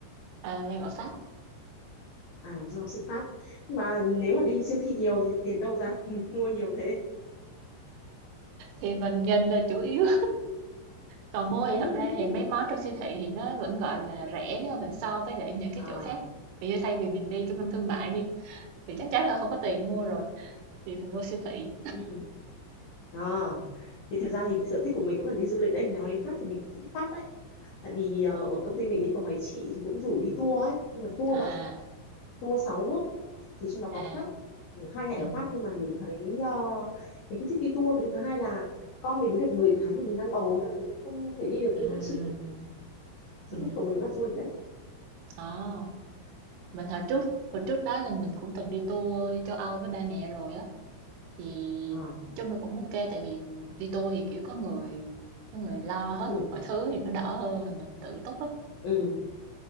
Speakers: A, on the right; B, on the left.
A: à, đang ở Pháp
B: À, du học sinh Pháp. Nhưng mà nếu mà đi siêu thị nhiều thì tiền đâu ra <laughs> mua nhiều thế?
A: thì mình nhìn là chủ yếu còn mua
B: Ừ.
A: thì
B: <laughs>
A: thật ra thì mấy món trong siêu thị thì nó vẫn gọi là rẻ nếu mà mình so với lại những cái
B: à
A: chỗ khác vì như thay vì mình đi trung tâm thương mại đi thì chắc chắn là không có tiền mua rồi thì mình vô siêu thị
B: ừ. à thì thật ra thì sở thích của mình cũng là đi du lịch đấy nói đến Pháp thì mình cũng thích đi Pháp đấy tại vì ờ, ở công ty mình ấy có mấy chị thì cũng rủ đi tour ấy nhưng mà tour
A: à
B: bạn ạ tour 6 nước thì trong đó có
A: à
B: Pháp Thì hai ngày
A: ừ
B: ở Pháp nhưng mà mình thấy ờ, mình không thích đi tour và cái thứ hai là con mình mới được 10 tháng mà mình đang bầu nên là mình cũng không thể đi được
A: ừ
B: như các chị sở
A: ừ
B: thích của mình cũng là du lịch đấy
A: Ờ. mình hồi trước hồi trước đó là mình cũng từng đi tour châu Âu với ba mẹ rồi á thì
B: à,
A: nói chung là cũng ok tại vì đi tour thì kiểu có người có người lo hết
B: ừ,
A: mọi thứ thì nó đỡ hơn là mình tự túc á
B: ừ.